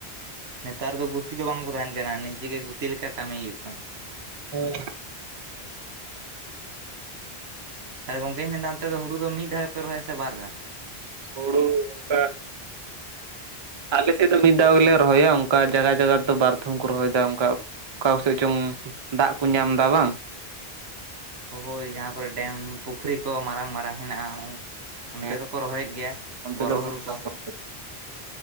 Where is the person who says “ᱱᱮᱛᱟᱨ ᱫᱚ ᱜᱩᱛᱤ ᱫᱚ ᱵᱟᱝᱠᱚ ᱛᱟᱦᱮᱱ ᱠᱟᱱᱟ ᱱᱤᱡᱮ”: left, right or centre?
Right